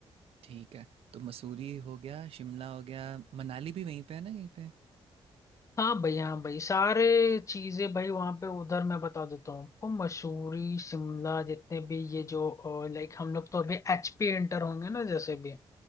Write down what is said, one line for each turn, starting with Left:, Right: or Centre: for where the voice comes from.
Right: ठीक है तो मसूरी हो गया शिमला हो गया मनाली भी वहीं पे है ना कहीं पे
Left: हाँ भाई हाँ भाई सारे चीजें भाई वहाँ पे उधर मैं बता देता हूँ आपको मसूरी शिमला जितने भी ये जो लाइक हम लोग तो अभी एचपी एंटर होंगे ना जैसे भी